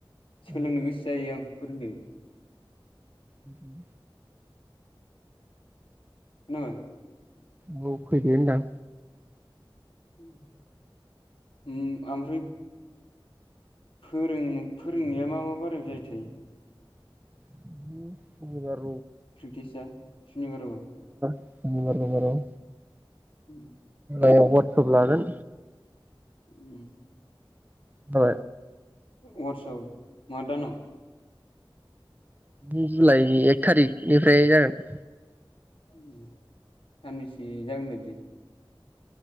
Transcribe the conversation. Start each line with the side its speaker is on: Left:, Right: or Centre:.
Left: सोलोंनो
Right: औ
Left: गोसो जायो आं फोरों दो
Right: उम उम।
Left: <inaudible>
Right: ओ औ फैदो होनदां।
Left: उम हो आमफ्रय फोरों फोरोंनाया मा मा बारोय जायोथाय?
Right: <unintelligible>
Left: प्रेखतिसा सुनिबारावबो।
Right: मंगलबार बाराव
Left: उम
Right: औ वाटसप लागोन।
Left: उम।
Right: बा।
Left: वाटसप मा दानाव?
Right: जुन जुलाइनि एक थारिकनिफ्राय जागोन।
Left: <unintelligible> सानबैसे जागोन बायदि?